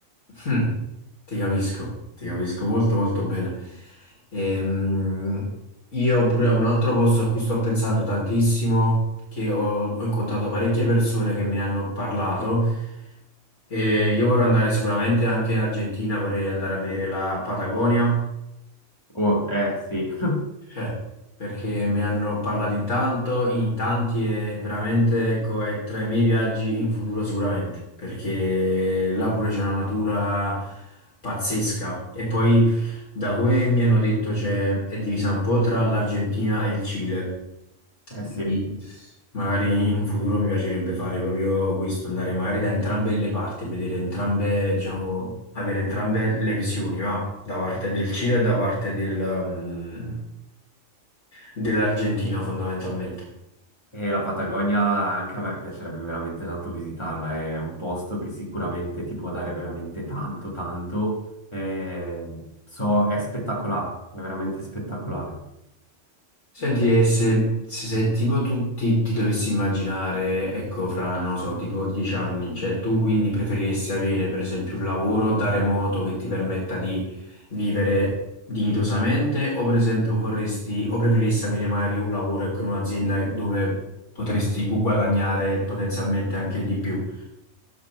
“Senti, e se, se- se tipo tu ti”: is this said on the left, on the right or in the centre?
Left